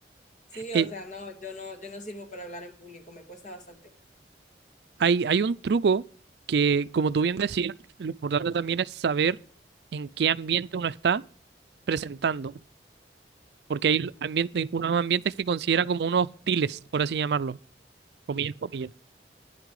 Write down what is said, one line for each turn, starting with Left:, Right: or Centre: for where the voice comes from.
Left: Sí,
Right: Eh,
Left: o sea, no, yo no, yo no sirvo para hablar en público, me cuesta bastante.
Right: hay, hay un truco que, como tú bien decías, lo importante también es saber en qué ambiente uno está presentando, porque hay ambiente, unos ambientes que considera como unos hostiles, por así llamarlo, comillas, comillas.